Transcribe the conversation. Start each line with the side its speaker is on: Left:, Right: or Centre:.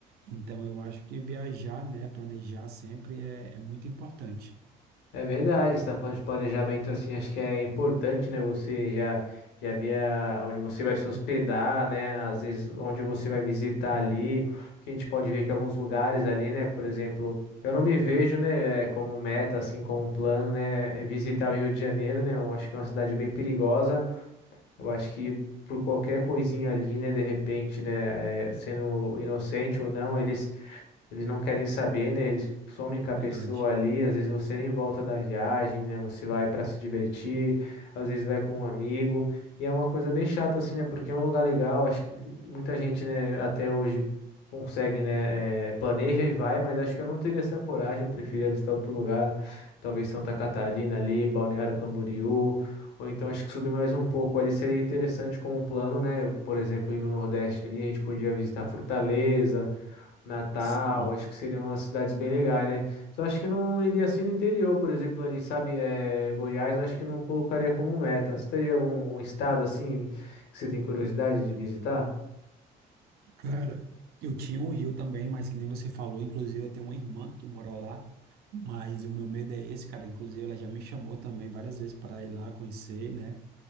Right: Então eu acho que viajar, né? Planejar sempre é é muito importante.
Left: É verdade, você está falando de planejamento assim, acho que é importante, né? Você já já ver a- onde você vai se hospedar, né? Às vezes onde você vai visitar ali, porque a gente pode ver que alguns lugares ali, né? Por exemplo, eu não me vejo, né? eh, Como meta, assim, como um plano, né? eh, Visitar o Rio de Janeiro, né? Eu acho que é uma cidade bem perigosa. Eu acho que por qualquer coisinha ali, né? De repente, né? eh, sendo inocente ou não, eles eles não querem saber, né? Eles somem com a pessoa
Right: Verdade.
Left: ali, às vezes você nem volta da viagem, né? Você vai para se divertir, às vezes vai com um amigo, e é uma coisa bem chata assim, né? Porque é um lugar legal, acho que muita gente, né, até hoje consegue, né, eh, planeja e vai, mas acho que eu não teria essa coragem, eu prefiro visitar outro lugar, talvez Santa Catarina ali, Balneário Camboriú, ou então acho que subir mais um pouco ali seria interessante como um plano, né? Por exemplo, ir no Nordeste ali, a gente podia visitar Fortaleza, Natal,
Right: Sim.
Left: acho que seriam umas cidades bem legais, né? Só acho que não iria assim no interior, por exemplo, ali, sabe, é, Goiás, eu acho que não colocaria como meta. Você teria algum, algum estado assim que você tem curiosidade de visitar?
Right: Cara, eu tinha um rio também, mas que nem você falou, inclusive eu tenho uma irmã que mora lá, mas o meu medo é esse, cara. Inclusive ela já me chamou também várias vezes para ir lá conhecer, né?